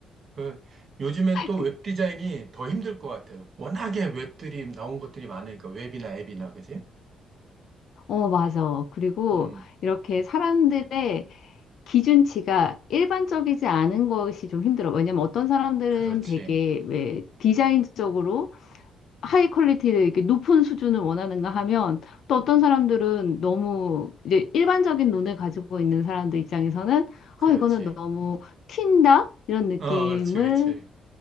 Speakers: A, on the right; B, on the left.
A: 그, 요즘엔 또
B: 그-
A: 웹 디자인이 더 힘들 것 같아요. 워낙에 웹들이 나온 것들이 많으니까, 웹이나 앱이나, 그지?
B: 어, 맞아. 그리고
A: 음,
B: 이렇게 사람들의 기준치가 일반적이지 않은 것이 좀 힘들어. 왜냐면 어떤 사람들은
A: 그렇지.
B: 되게 왜 디자인적으로 하이 퀄리티를 이렇게 높은 수준을 원하는가 하면 또 어떤 사람들은 너무 이제 일반적인 눈을 가지고 있는 사람들 입장에서는
A: 그렇지.
B: 어, 이거는 너무 튄다? 이런 느낌을
A: 어, 그렇지, 그렇지.